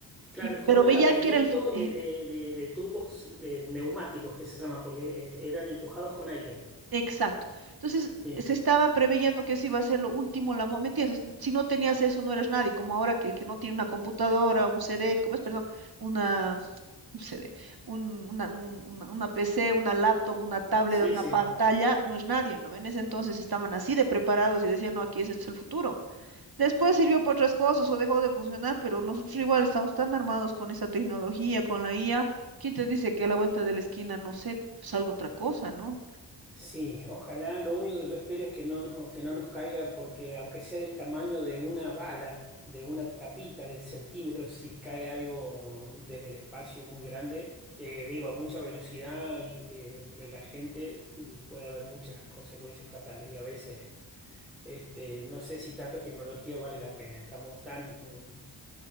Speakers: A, in the centre; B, on the right.
A: Claro,
B: Y,
A: es como
B: pero
A: un
B: veían
A: laberinto
B: que era el futuro.
A: de, de- de- de tubos eh, neumáticos que se llaman, porque es- eran empujados con aire.
B: Exacto. Entonces,
A: Sí,
B: se estaba preveyendo que eso iba a ser lo último, la, mo- ¿me entiendes? Si no tenías eso, no eres nadie, como ahora que el que no tiene una computadora, un CD, ¿cómo es? Perdón, una, un CD, un- una, un- una- una PC, una laptop, una tablet,
A: sí,
B: una
A: sí.
B: pantalla, no es nadie, ¿no? En ese entonces estaban así de preparados y decían, no, aquí es, este es el futuro. Después sirvió para otras cosas o dejó de funcionar, pero nosotros igual estamos tan armados con esa tecnología, con la IA, ¿quién te dice que a la vuelta de la esquina, no sé, salga otra cosa, ¿no?
A: Sí, ojalá, lo único que yo espero es que no nos, que no nos caiga porque aunque sea del tamaño de una bala, de una tapita de centímetros, si cae algo desde el espacio muy grande, eh, digo, a mucha velocidad y eh, entre la gente mm, puede haber muchas consecuencias fatales y a veces este, no sé si tanta tecnología vale la pena. Estamos tan, mm,